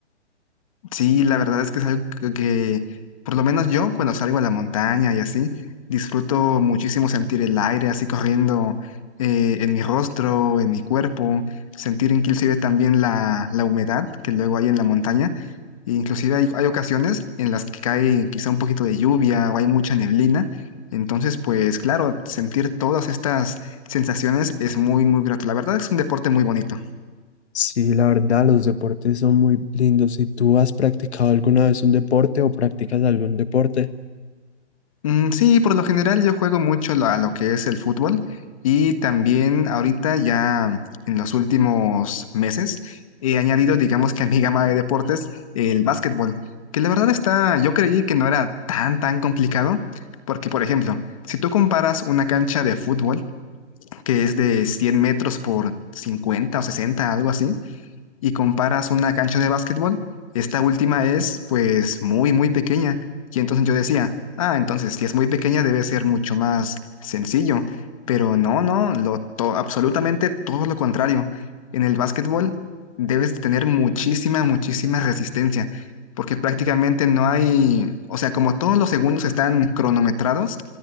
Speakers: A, on the left; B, on the left.
A: Sí, la verdad es que es algo que, que, por lo menos yo, cuando salgo a la montaña y así, disfruto muchísimo sentir el aire así corriendo eh, en mi rostro, en mi cuerpo, sentir inclusive también la, la humedad que luego hay en la montaña. E inclusive hay, hay ocasiones en las que cae quizá un poquito de lluvia o hay mucha neblina. Entonces, pues claro, sentir todas estas sensaciones es muy, muy grato. La verdad es un deporte muy bonito.
B: Sí, la verdad, los deportes son muy lindos. Si tú has practicado alguna vez un deporte o practicas algún deporte,
A: Mm, sí, por lo general yo juego mucho lo- a lo que es el fútbol y también ahorita ya mm, en los últimos meses he añadido, digamos que a mi gama de deportes, el básquetbol, que la verdad está, yo creí que no era tan, tan complicado, porque por ejemplo, si tú comparas una cancha de fútbol que es de 100 metros por 50 o 60 algo así, y comparas una cancha de básquetbol, esta última es pues muy, muy pequeña. Y entonces yo decía, ah, entonces si es muy pequeña debe ser mucho más sencillo. Pero no, no, lo, to- absolutamente todo lo contrario. En el básquetbol debes tener muchísima, muchísima resistencia, porque prácticamente no hay, o sea, como todos los segundos están cronometrados,